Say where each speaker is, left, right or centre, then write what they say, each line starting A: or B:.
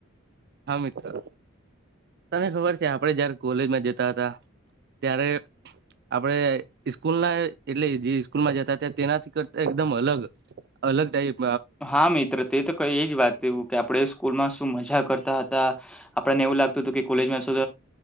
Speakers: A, on the right; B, in the centre.
A: હા મિત્ર. તને ખબર છે આપડે જયારે કોલેજમાં જતા હતા ત્યારે આપડે સ્કૂલ ના એટલે જે સ્કૂલમાં જતા હતા તેનાથી કરતા એકદમ અલગ અલગ ટાઈપ
B: હા મિત્ર તે તો કઈ એ જ વાત લવું કે આપડે સ્કૂલમાં શું મજા કરતા હતા. આપણને એવું લાગતું હતું કે કોલેજમાં જશું